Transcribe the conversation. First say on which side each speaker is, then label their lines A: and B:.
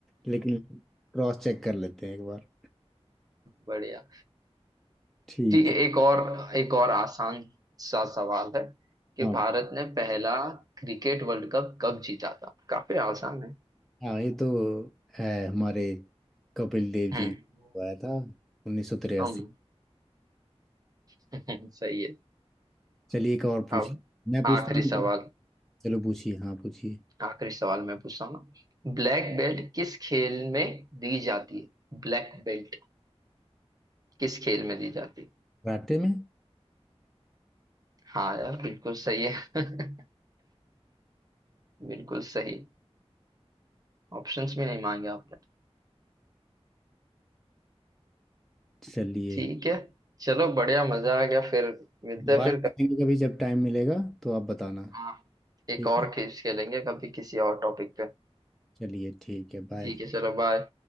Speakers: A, in the centre; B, on the right (about 35°).
A: लेकिन क्रॉस चेक कर लेते हैं एक बार
B: बढ़िया
A: ठीक
B: ठीक है
A: है
B: एक और एक और आसान सा सवाल है कि
A: हाँ
B: भारत ने पहला क्रिकेट वर्ल्ड कप कब जीता था काफी आसान है
A: हाँ ये तो है हमारे कपिल देव जी
B: हम्म
A: को आया था उन्नीस सौ तिरासी
B: हम <laughs> सही है
A: चलिए एक और पूछ
B: अब
A: लें। मैं पूछता
B: आखिरी
A: हूँ तो
B: सवाल
A: चलो पूछिए हाँ पूछिए
B: आखिरी सवाल मैं पूछता हूँ ना ब्लैक बेल्ट किस खेल में दी जाती है ब्लैक बेल्ट किस खेल में दी जाती है
A: कराटे में
B: हाँ यार बिल्कुल सही है <laughs> बिल्कुल सही ऑप्शंस भी नहीं मांगे आपने तो।
A: चलिए
B: ठीक है चलो बढ़िया मजा आ गया फिर मिलते
A: दोबारा
B: हैं फिर
A: पूछेंगे
B: कभी
A: कभी जब टाइम मिलेगा तो आप बताना
B: हाँ एक
A: ठीक
B: और
A: है
B: खेल खेलेंगे कभी किसी और टॉपिक पे
A: चलिए ठीक है बाय
B: ठीक है चलो बाय